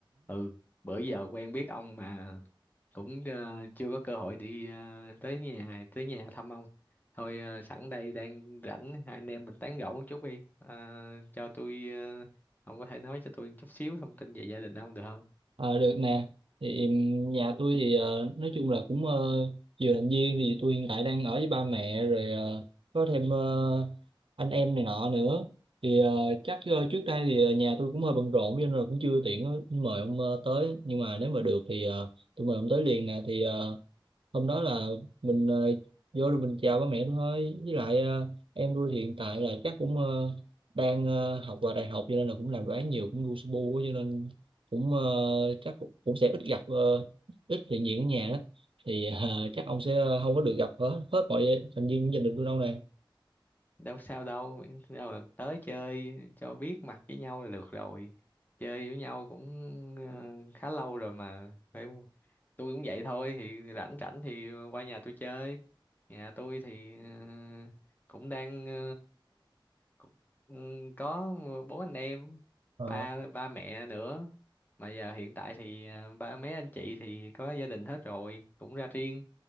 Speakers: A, on the left; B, on the right.
A: ừ bữa giờ quen biết ông mà cũng ờ, chưa có cơ hội đi ờ, tới nhà tới nhà thăm ông thôi ờ, sẵn đây đang rảnh hai anh em mình tán gẫu một chút đi Ờ, cho tôi ờ, ông có thể nói cho tôi chút xíu thông tin về gia đình ông được không
B: Ờ, được nè thì nhà tôi thì ờ, nói chung là cũng ờ, vừa làm viên thì tôi hiện tại đang ở với ba mẹ rồi ờ, có thêm ờ, anh em này nọ nữa thì ờ, chắc ờ, trước đây thì ờ, nhà tôi cũng hơi bận rộn cho nên là cũng chưa tiện ờ, mời ông ờ, tới nhưng mà nếu mà được thì ờ, tôi mời ông tới liền nè thì ờ, hôm đó là mình ờ, vô rồi mình chào ba mẹ thôi với lại ờ, em tôi thì hiện tại là chắc cũng ờ, đang ờ, học vào đại học cho nên là cũng làm đồ án nhiều cũng lu su bu á, cho nên cũng ờ, chắc cũng, cũng sẽ ít gặp ờ, ít hiện diện ở nhà đó thì ờ, <laughs> chắc ông sẽ ờ, không có được gặp hết hết mọi thành viên gia đình tôi đâu nè
A: đâu sao đâu miễn đâu là tới chơi cho biết mặt với nhau là được rồi chơi với nhau cũng ờ, khá lâu rồi mà phải không? tôi cũng vậy thôi thì rảnh rảnh thì qua nhà tôi chơi nhà tôi thì ờ, cũng đang ờ, cũng, ừ, có bốn anh em
B: Ờ,
A: ba ba mẹ nữa mà giờ hiện tại thì ờ, ba mấy anh chị thì có gia đình hết rồi cũng ra riêng